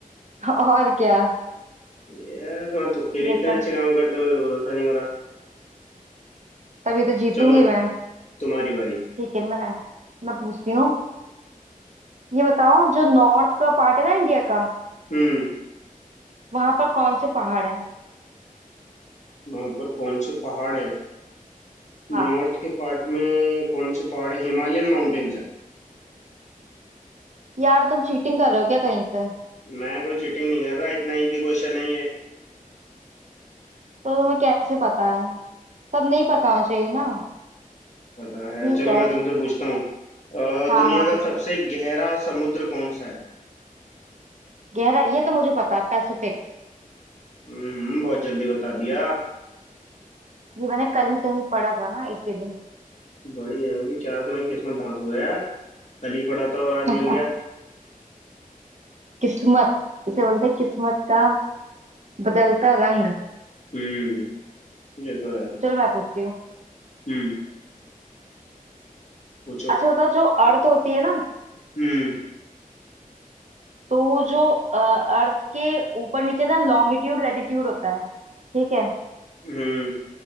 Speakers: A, on the right (about 50°); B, on the left (about 50°).
A: <laughs> और क्या
B: यार तुम्हारे तुक्के भी
A: ये
B: इतने
A: तो
B: अच्छे काम करते हो मुझे तो भरोसा नहीं हो रहा
A: तभी तो जीतूंगी
B: चलो
A: मैं
B: तुम्हारी बारी
A: ठीक है मैं मैं पूछती हूँ ये बताओ जो नॉर्थ का पार्ट है ना इंडिया का
B: हम्म
A: वहां पर कौन से पहाड़ है
B: वहां पर कौन से पहाड़ हैं
A: हाँ
B: नॉर्थ के पार्ट में कौन से पहाड़ है हिमालयन माउंटेन्स हैं
A: यार तुम चीटिंग कर रहे हो क्या कहीं से
B: मैं कोई चीटिंग नहीं कर रहा इतना इजी क्वेश्चन है ये
A: तो तुम्हें कैसे पता है सब नहीं पता होना चाहिए ना
B: पता है
A: ठीक
B: चलो
A: है
B: मैं तुमसे पूछता हूँ अ,
A: हाँ
B: दुनिया
A: हाँ
B: का
A: पूछो
B: सबसे गहरा समुद्र कौन सा है
A: गहरा ये तो मुझे पता है पैसिफिक
B: हम्म बहुत जल्दी बता दिया
A: ये मैंने कल ही कहीं पढ़ा था ना इसीलिए
B: बड़ी जल्दी क्या तुम्हारी किस्मत धांस हुआ यार कल ही पड़ा था और आज
A: <laughs>
B: मिल गया
A: किस्मत इसे बोलते हैं किस्मत का बदलता रंग
B: हम्म ये तो है
A: चलो मैं पूछती हूँ
B: हम्म पूछो
A: अच्छा होता जो अर्थ होती है ना
B: हम्म
A: तो वो जो अ, अर्थ के ऊपर नीचे ना लॉन्गिट्यूड लैटिट्यूड होता है ठीक है
B: हम्म